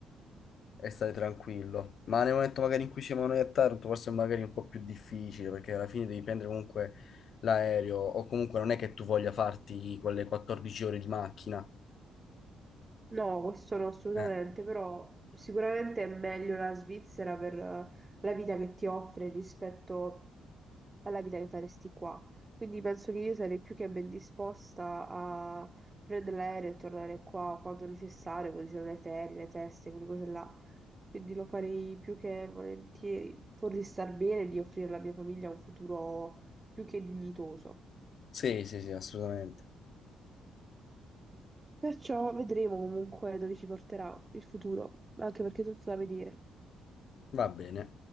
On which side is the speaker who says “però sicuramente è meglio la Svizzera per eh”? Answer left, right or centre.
Right